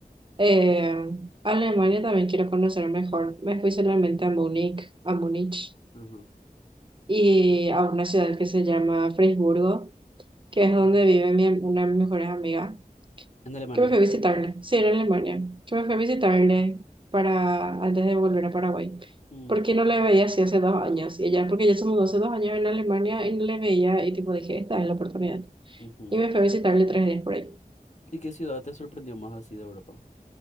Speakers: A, on the right (about 35°); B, on the left (about 50°).
A: Eh, Alemania también quiero conocer mejor. Me fui solamente a Múnich, a Múnich
B: ajá.
A: y a una ciudad que se llama Freiburgo, que es donde
B: Ujú.
A: vive mi, una de mis mejores amigas,
B: En Alemania.
A: que me fue a visitarle. Sí, era en Alemania. Que me fue a visitarle para, antes de volver a Paraguay.
B: Mm,
A: Porque no le veía así hace dos años. Y ella, porque ella se mudó hace dos años en Alemania y no le veía y tipo dije, esta es la oportunidad.
B: ujú.
A: Y me fue a visitarle tres días por ahí.
B: ¿Y qué ciudad te sorprendió más así de Europa?